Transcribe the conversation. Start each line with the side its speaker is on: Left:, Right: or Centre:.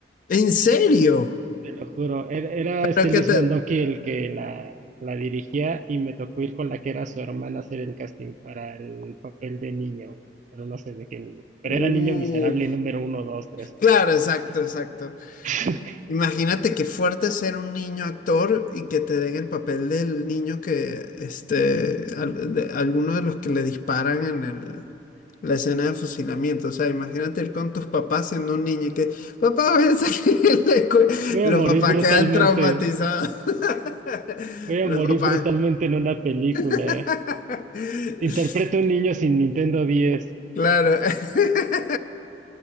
Left: ¿En serio?
Right: Te lo juro, era, era este
Left: Pero que
Right: Luis
Left: te...
Right: Mandoki el que la, la dirigía y me tocó ir con la que era su hermana a hacer el casting para el papel de niño, pero no sé de qué niño. Pero
Left: Uh,
Right: era niño miserable número uno, dos, tres, o
Left: claro, exacto,
Right: no sé.
Left: exacto.
Right: <laughs>
Left: Imagínate qué fuerte ser un niño actor y que te den el papel del niño que, este, al- de- alguno de los que le disparan en el, la escena de fusilamiento. O sea, imagínate ir con tus papás siendo un niño y que, papá, voy a salir de la escuela".
Right: Voy
Left: Los
Right: a morir
Left: papás
Right: brutalmente,
Left: quedan traumatizados. <laughs>
Right: voy a
Left: Los
Right: morir
Left: papás.
Right: brutalmente en una película.
Left: <laughs>
Right: Interpreto a un niño sin Nintendo 10,
Left: Claro. <laughs>